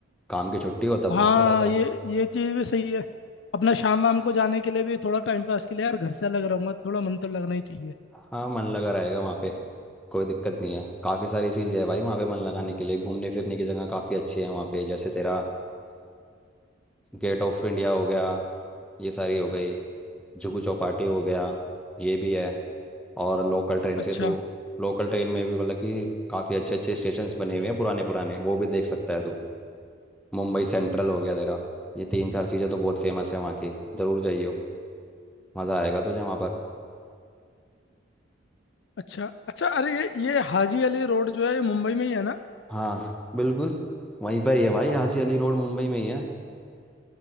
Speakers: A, in the centre; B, on the left (about 60°).
A: काम की छुट्टी हो तब
B: हाँ
A: वहाँ चला जा
B: ये ये चीज़ भी सही है अपना शाम वाम को जाने के लिए भी थोड़ा टाइम पास के लिए यार घर से अलग रहूंगा थोड़ा मन तो लगना ही चाहिए
A: हाँ मन लगा रहेगा वहाँ पे कोई दिक्कत नहीं है काफ़ी सारी चीज़ें है भाई वहाँ पे मन लगाने के लिए घूमने फिरने की जगह काफ़ी अच्छी है वहाँ पे जैसे तेरा गेट ऑफ इंडिया हो गया ये सारी हो गई जुहू चौपाटी हो गया ये भी है और लोकल ट्रेन
B: अच्छा
A: से तो लोकल ट्रेन में भी मतलब कि काफ़ी अच्छे अच्छे स्टेशंस बने हुए हैं पुराने पुराने वो भी देख सकता है तू मुंबई सेंट्रल हो गया तेरा ये तीन चार चीज़ें तो बहुत फेमस है वहाँ की ज़रूर जाइयो मज़ा आएगा तुझे वहाँ पर
B: अच्छा अच्छा अरे ये ये हाजी अली रोड जो है ये मुंबई में ही है ना
A: हाँ बिल्कुल वहीं पर ही है भाई हाजी अली रोड मुंबई में ही है